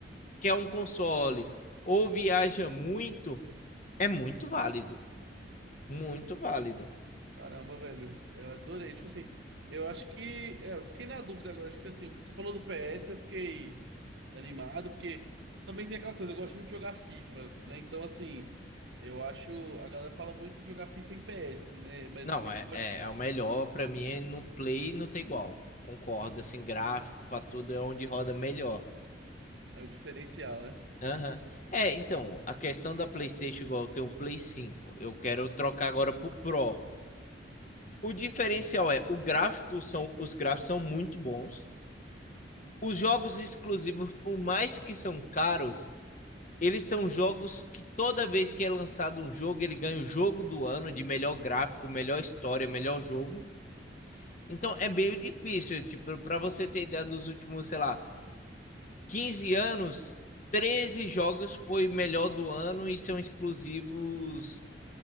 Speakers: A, on the left; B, on the right.
A: quer um console ou viaja muito, é muito válido, muito válido.
B: Caramba, velho, eu adorei. Tipo assim, eu acho que. é, eu fiquei na dúvida agora. Tipo assim, você falou do PS, eu fiquei animado, porque também tem aquela coisa, eu gosto muito de jogar FIFA, né? Então, assim, eu acho. A galera fala muito de jogar FIFA em PS, né? Mas
A: Não,
B: eu sei
A: é,
B: que pode.
A: é, é o melhor pra mim é no Play não tem igual. Concordo, assim, gráfico pra tudo é onde roda melhor.
B: É o diferencial, né?
A: Aham. É, então, a questão da PlayStation igual eu tenho um Play 5, Eu quero trocar agora pro Pro. O diferencial é, o gráfico são, os gráficos são muito bons. Os jogos exclusivos, por mais que são caros, eles são jogos que toda vez que é lançado um jogo, ele ganha o jogo do ano de melhor gráfico, melhor história, melhor jogo. Então é meio difícil, tipo, para você ter ideia dos últimos, sei lá, 15 anos, 13 jogos foi melhor do ano e são exclusivos